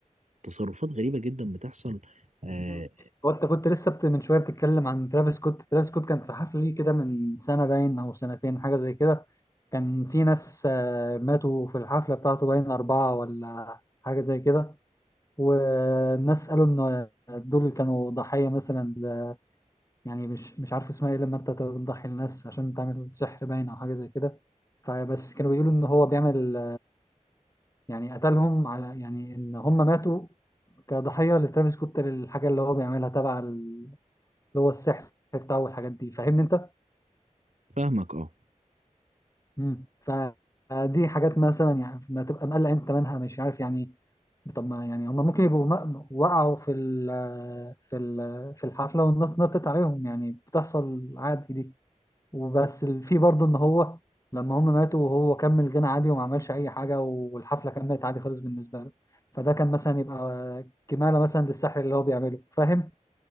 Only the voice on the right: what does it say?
تصرفات غريبة جدا بتحصل آه،
فاهمك اه